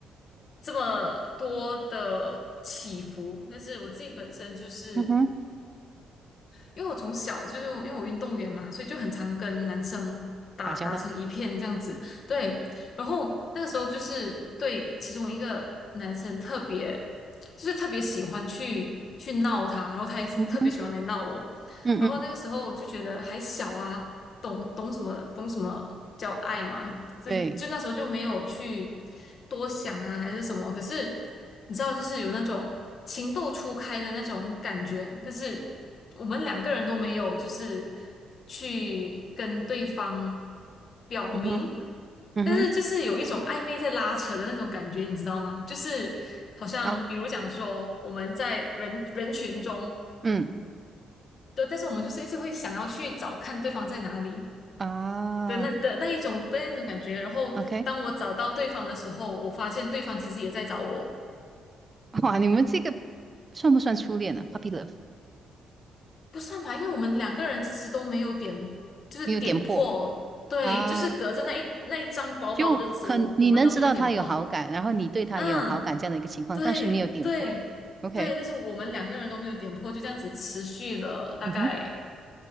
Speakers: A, on the left; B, on the right.
A: 这么多的起伏，但是我自己本身就是。
B: 嗯哼，
A: 因为我从小就是因为我运动员嘛，所以就很常跟男生打打成一片这样子。
B: 打交道，嗯
A: 对，然后那个时候就是对其中一个男生特别，就是特别喜欢去去闹他，然后他也特别喜欢来闹我。
B: 嗯哼，嗯嗯，
A: 然后那个时候就觉得还小啊，懂懂什么懂什么叫爱嘛，这就那时候就没有去
B: 对，
A: 多想啊，还是什么。可是你知道，就是有那种情窦初开的那种感觉，但是我们两个人都没有，就是去跟对方表明，
B: 嗯哼嗯哼，
A: 但是就是有一种暧昧在拉扯的那种感觉，你知道吗？就是好像比如讲说我们在人人群中，
B: 好，嗯
A: 对，但是我们就是一直会想要去找看对方在哪里。
B: 啊
A: 对，那的那一种的那种感觉。然后当我找到对方的时候，
B: ，OK，
A: 我发现对方其实也在找我，
B: <laughs> 哇，你们这个算不算初恋呢？Puppy love
A: 不算吧，因为我们两个人其实都没有点，就是点破，
B: 没有点破
A: 对，
B: 啊，
A: 就是隔着那一那一张薄薄的纸，
B: 就可你能知道他有好感，
A: 我我们都没有点破。
B: 然后你对他也有好感这样的一个情况，
A: 嗯，对对对，
B: 但是没有点破，OK，
A: 但是我们两个人都没有点破，就这样子持续了大概
B: 嗯哼